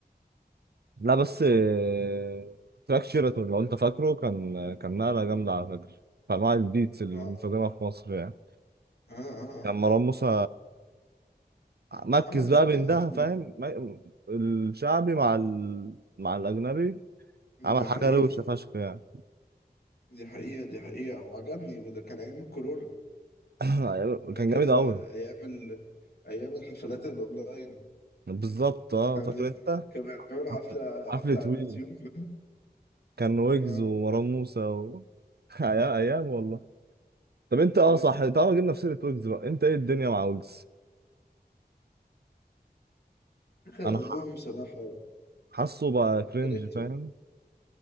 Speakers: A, on the right; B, on the left.
A: لا بس آه، تراك شيراتون لو انت فاكره كان كان نقله جامده على فكره في انواع البيتس اللي
B: اه
A: مستخدمها في مصر يعني
B: اه اه
A: كان
B: آه.
A: مروان موسى مركز
B: عمل نقلة
A: بقى بين ده
B: عمل
A: فاهم ما- الشعبي مع ال... مع الاجنبي
B: نقلة
A: عمل
B: ده
A: حاجة
B: حقيقة
A: روشة فشخ يعني
B: دي حقيقة دي حقيقة وعجبني وده كان ايام الكورونا
A: <clears throat> أيام- كان
B: فاكر
A: جامد أوي
B: آه، ايام ال... ايام الحفلات الاونلاين
A: بالظبط اه
B: <laughs>
A: فاكر أنت
B: كان بيعملوا حفلة
A: حفلة حفلة
B: حفلة على
A: وي
B: اليوتيوب <laughs>
A: كان ويجز
B: اه
A: ومروان موسى و... <laughs> أيام أيام والله طب أنت اه
B: أيام.
A: صح طالما جبنا في سيرة ويجز بقى أنت إيه الدنيا مع ويجز؟
B: اخر
A: أنا
B: البوم
A: ح-
B: بصراحة
A: حاسه بقى كرنج
B: كرهته
A: فاهم؟